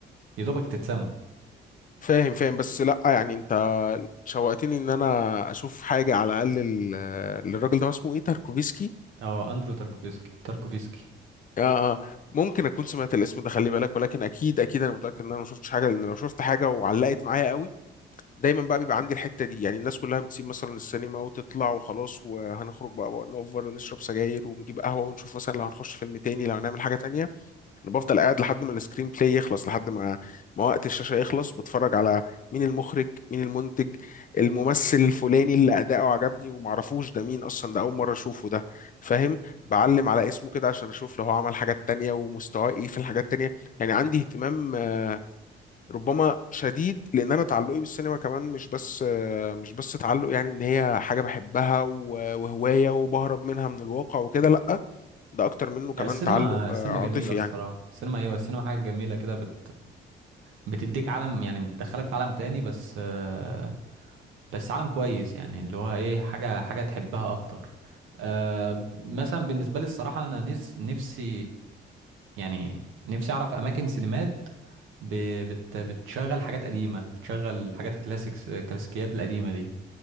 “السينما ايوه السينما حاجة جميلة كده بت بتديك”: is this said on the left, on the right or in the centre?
Right